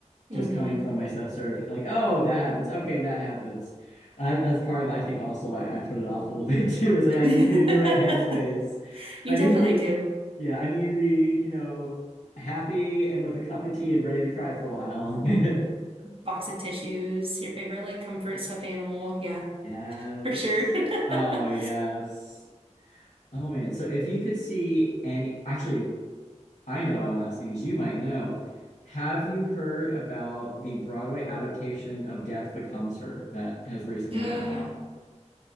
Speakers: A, on the right; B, on the left.
A: hmm
B: just coming from my sister. If- Like, oh, that happens. Okay. And that happens. Uh, that's part of, I think, also I, I put it off a little <laughs> bit too. Is like, I
A: <laughs>
B: need to be in the right headspace.
A: You
B: I
A: definitely
B: need to be,
A: do.
B: yeah, I need to be, you know, happy and with a cup of tea and ready to cry for a while. <laughs>
A: Box of tissues, your favorite like comfort stuffed animal. Yeah,
B: Yes.
A: for sure.
B: Oh,
A: <laughs>
B: yes. Oh man. So if you could see any, actually, I know I'll ask you because you might know. Have you heard about the Broadway adaptation of Death Becomes Her that has recently
A: <gasps>
B: come out?